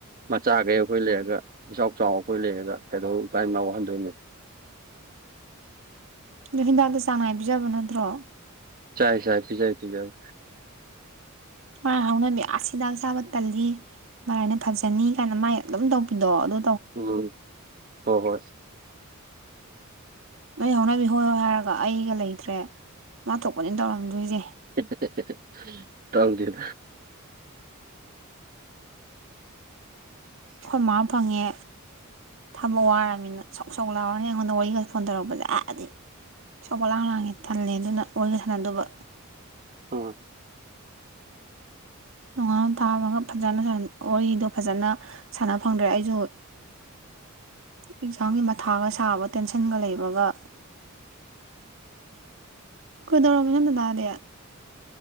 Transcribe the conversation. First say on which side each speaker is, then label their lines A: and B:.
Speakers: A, on the right (about 40°); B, on the right (about 60°).
A: ꯃꯆꯥꯈꯩ ꯑꯩꯈꯣꯏ ꯂꯩꯔꯒ ꯏꯆꯥꯎ ꯆꯥꯎ ꯑꯩꯈꯣꯏ ꯂꯩꯔꯒ ꯀꯩꯗꯧ ꯏꯄꯥ ꯏꯃꯥ ꯋꯍꯟꯗꯣꯏꯅꯣ
B: ꯑꯗꯣ ꯍꯤꯗꯥꯛꯇ ꯆꯥꯡ ꯅꯥꯏ ꯄꯤꯖꯕ ꯅꯠꯇ꯭ꯔꯣ
A: ꯆꯥꯏ ꯆꯥ ꯄꯤꯖꯩ ꯄꯤꯖꯩ
B: ꯃꯥꯥꯏ ꯍꯧꯅꯕꯤ ꯑꯏ ꯍꯤꯗꯥꯛ ꯆꯥꯕ ꯇꯜꯂꯤ ꯃꯔꯥꯏꯅ ꯐꯖꯅꯤ ꯀꯥꯏꯅ ꯃꯥꯏ ꯑꯗꯨꯝ ꯇꯧꯕꯤꯗꯣ ꯑꯗꯣ
A: ꯎꯝ ꯍꯣꯏ ꯍꯣꯏ
B: ꯅꯣꯏ ꯍꯧꯅꯕꯤ ꯍꯣꯏꯍꯣꯏ ꯍꯥꯏꯔꯒ ꯑꯩꯒ ꯂꯩꯇ꯭ꯔꯦ ꯃꯥꯏꯊꯣꯛꯄꯅꯤ ꯇꯧꯔꯝꯗꯣꯏꯁꯦ
A: <unintelligible> ꯇꯧꯗꯦ
B: ꯈꯣꯏ ꯃꯥ ꯐꯪꯉꯦ ꯊꯕꯛ ꯋꯥꯔꯝꯅꯤꯅ ꯁꯧ ꯁꯧ ꯂꯥꯎꯔꯅꯤ ꯑꯩꯉꯣꯟꯗ ꯋꯥꯔꯤꯒ ꯐꯣꯟ ꯇꯧꯔꯛꯄꯖꯦ ꯏꯁꯧ ꯄꯪꯂꯥꯡ ꯂꯥꯡꯌꯦ ꯇꯜꯂꯦ ꯑꯗꯨꯅ ꯋꯥꯔꯤꯒ ꯁꯥꯟꯅꯗꯧꯕ
A: <unintelligible>
B: ꯅꯣꯉꯥꯜ ꯇꯥꯕꯒ ꯐꯖꯅ ꯋꯥꯔꯤꯗꯣ ꯐꯖꯅ ꯁꯥꯟꯅ ꯐꯪꯗ꯭ꯔꯦ ꯑꯩꯁꯨ ꯑꯦꯛꯖꯥꯝꯒꯤ ꯃꯊꯥꯒ ꯁꯥꯕ ꯇꯦꯟꯁꯟꯒ ꯂꯩꯕꯒ ꯀꯩꯗꯧꯔꯝꯃꯤꯅꯣ ꯗꯗꯥꯗꯤ